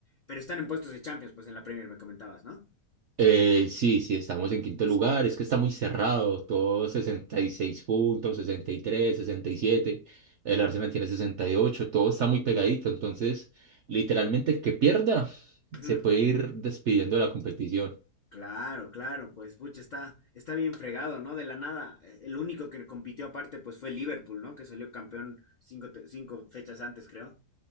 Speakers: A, on the left (about 70°); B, on the right (about 70°).
A: Pero están en puestos de Champions, pues en la Premier me comentabas, ¿no?
B: Eh, sí, sí, estamos en quinto
A: Sí.
B: lugar. Es que está muy cerrado. Todo 66 puntos, sesenta sesenta y tres, sesenta y siete. El Arsenal tiene 68. Todo está muy pegadito. Entonces, literalmente, el que pierda
A: Ujú.
B: se puede ir despidiendo de la competición. <laughs>
A: Claro, claro, pues pucha, está, está bien fregado, ¿no? De la nada, eh, el único que compitió aparte pues fue Liverpool, ¿no? Que salió campeón cinco, te- cinco fechas antes, creo.